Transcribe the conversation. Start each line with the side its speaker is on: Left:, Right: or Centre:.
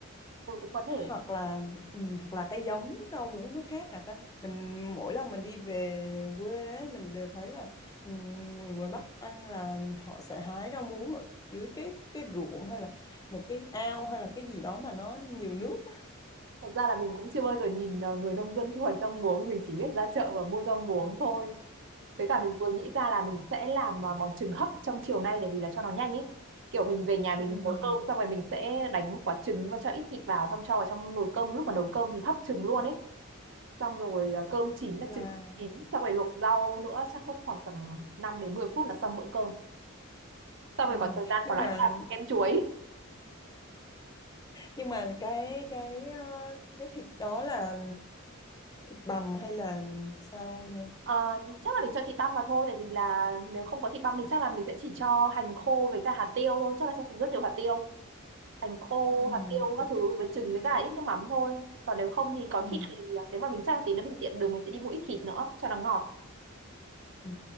Right: ừ, cũng có thể.
Left: hoặc là ừ, hoặc là cái giống rau muống nước khác hả ta mình mỗi lần mình đi về quê ấy, mình đều thấy là ừ, người ngoài Bắc ăn là họ sẽ hái rau muống ở dưới cái cái ruộng hay là một cái ao hay là cái gì đó mà nó nhiều nước á.
Right: Thật ra là mình cũng chưa bao giờ nhìn ờ, người nông dân thu hoạch rau muống, mình chỉ biết ra chợ và mua rau muống thôi. Với cả mình vừa nghĩ ra là mình sẽ làm ờ, món trứng hấp trong chiều nay để vì là cho nó nhanh ý. Kiểu mình về nhà mình
Left: ừ,
Right: nấu cơm xong rồi mình sẽ đánh quả trứng và cho ít thịt vào xong cho vào trong nồi cơm lúc mà nấu cơm thì hấp trứng luôn ấy. Xong rồi ờ, cơm chín là
Left: là
Right: trứng chín, xong rồi luộc rau nữa chắc mất khoảng tầm 5 đến 10 phút là xong bữa cơm. Xong
Left: ừ.
Right: rồi còn thời gian
Left: nhưng
Right: còn lại
Left: mà
Right: sẽ làm kem chuối.
Left: nhưng mà cái cái ờ, cái thịt đó là thịt bằm hay là sao nha
Right: Ờ, chắc là mình cho thịt băm vào thôi tại vì là nếu không có thịt băm thì chắc là mình sẽ chỉ cho hành khô với cả hạt tiêu thôi chắc là sẽ dùng rất nhiều hạt tiêu hành khô
Left: ừ,
Right: hạt tiêu các
Left: thịt
Right: thứ với
Left: heo
Right: trứng với cả ít nước mắm thôi còn nếu không thì có
Left: ừ.
Right: thịt thì à, nếu mà mình chắc là tí nữa mình tiện đường mình sẽ đi mua ít thịt nữa cho nó ngọt
Left: Ừ.